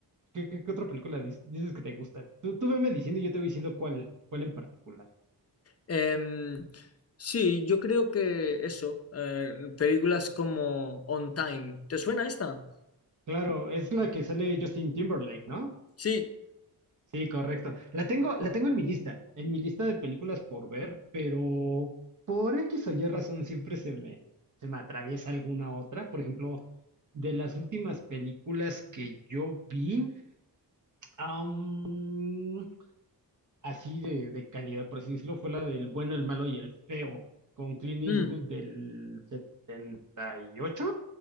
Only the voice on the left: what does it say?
Em, sí, yo creo que eso, eh, películas como On Time. ¿Te suena esta?
Sí.
Mm.